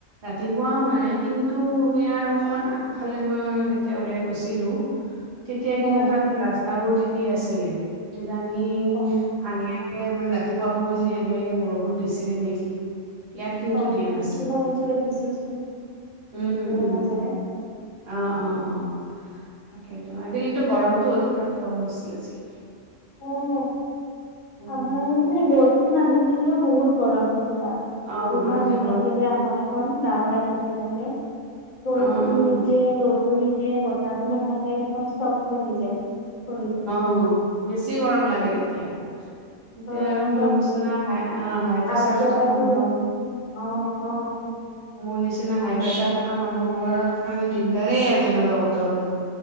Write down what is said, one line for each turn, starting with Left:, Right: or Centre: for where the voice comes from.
Right: ৰাতিপুৱাও নাই
Left: অ
Right: কিন্তু ইয়াৰ অকণমান আগফালে মই যেতিয়া ওলাই গৈছিলোঁ - তেতিয়া কিন্তু
Left: অ
Right: তাত ৰাস্তাবোৰ তিতি আছিলে, কিজানি
Left: অ
Right: আগে আ সেয়ে মানে ৰাতিপুৱা সময় খিনি আগে আগে বৰষুণ দিছিলে নেকি? ইয়াত কিন্তু
Left: অ অ
Right: দিয়া নাছিল,
Left: কিছুমান অঞ্চলত দিছিল চাগে
Right: উম'
Left: ওচৰে
Right: উম।
Left: পাজৰে।
Right: অ' অ' অ'। তাকেইেতো, আজি কিন্তু গৰমটো অতিপাত গৰম আছিল আজি।
Left: অ'
Right: উম,
Left: আমাৰ মানে ৰ'দটো নাথাকিলেও বহুত গৰম <unintelligible>
Right: অ',
Left: গুমাহ
Right: আজি
Left: হৈ
Right: গৰমটো
Left: থাকে যে
Right: দি-
Left: আকাশখন ডাৱৰে ঢাকি থাকে। বৰষুণ
Right: অ', অ',
Left: নিদিয়ে ৰ'দ ও নিদিয়ে বতাহো নাথাকে একদম স্তব্ধ হৈ যায়। <unintelligible>
Right: অ' বেছি গৰম লাগে তেতিয়া। তাতে
Left: অ
Right: আৰু
Left: একদম
Right: মোৰ নিচিনা হাই অ হাই প্ৰেচাৰ
Left: আৰ্দ্ৰতাটো
Right: থকা মানুহৰ -
Left: অ' অ' অ'।
Right: মোৰ নিচিনা হাই প্ৰেছাৰ থকা মানুহৰ কাৰণে দিগদাৰেই আৰু তেনেকুৱা বতৰটো।